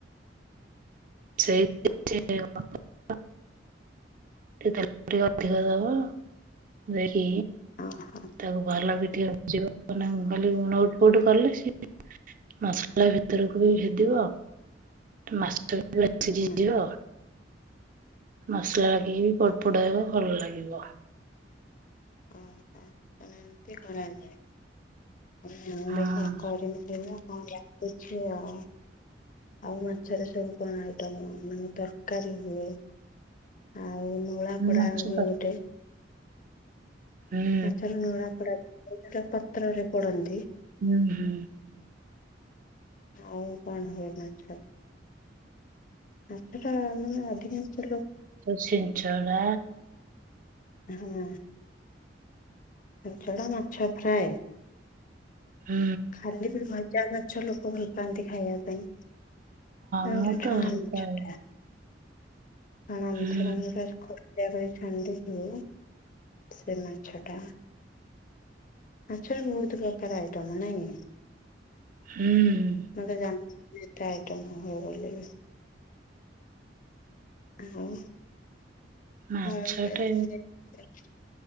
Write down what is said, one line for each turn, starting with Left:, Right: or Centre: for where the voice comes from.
Right: ସେଇଥିରେ ହବ ଟିକେ ତେଲ ଅଧିକ ଦବ ଦେଇକି
Left: ଓହୋ
Right: ତାକୁ ଭଲକି ଟିକେ ଭାଜିବ ମାନେ ମୁଁ କହିଲି ଖାଲି ନୋଉଟ ପୋଉଟ କଲେ ସିଏ ମସଲା ଭିତରକୁ ବି ଭେଦିବ ସିଝି ଯିବ
Left: ହୁଁ।
Right: ମସଲା ଲାଗିକି ବି ପୋଡ଼ ପୋଡ଼ ହବ ଭଲ ଲାଗିବ
Left: ଓହୋ ମାନେ ଏମତି କରାଯାଏ ହଁ
Right: ହଁ
Left: ଦେଖିବା କରିବି କେବେ କଣ ଲାଗୁଛି ଆଉ ଆଉ ମାଛରେ ସବୁ କଣ ଆଇଟମ୍ ମାନେ ତରକାରି ହୁଏ ଆଉ ନୋଳା ପୋଡ଼ା
Right: ମାଛ
Left: ହୁଏ
Right: ତରକାରୀ
Left: ଗୋଟେ
Right: ହୁଁ
Left: ମାଛର ନୋଳା ପଡ଼ା ପତ୍ରରେ ପୋଡନ୍ତି
Right: ହୁଁ ହୁଁ
Left: ଆଉ କଣ ହୁଏ ମାଛରେ ମାଛଟା ମାନେ ଅଧିକାଂଶ ଲୋ
Right: ଛେଞ୍ଚଡା
Left: ହୁଁ ଛେଞ୍ଚଡା ମାଛ ଫ୍ରାଏ
Right: ହୁଁ
Left: ଖାଲି ବି ଭଜା ମାଛ ଲୋକ ଭଲ ପାଆନ୍ତି ଖାଇବା ପାଇଁ ହଁ
Right: ମୁଁ
Left: ଯେଉଁ
Right: ତ
Left: ଛଣା
Right: ଭଲ
Left: ମାଛ
Right: ପାଏ
Left: ଟା ଛଣା ମାଛଟା
Right: ହୁଁ
Left: କଡକଡିଆ କରିକି ଛାଣିଦେଇଥିବୁ ସେ ମାଛ ଟା ମାଛରେ ବହୁତ ପ୍ରକାର ଆଇଟମ ନାଇଁକି
Right: ହୁଁ
Left: ମୁ ତ ଜାଣିଥିଲି ଏତେ ଆଇଟମ୍ ହୁଏ ବୋଲି ଆଉ
Right: ମାଛଟେ
Left: ହଉ ତାହେଲେ ମୁଁ ଦେଖିବି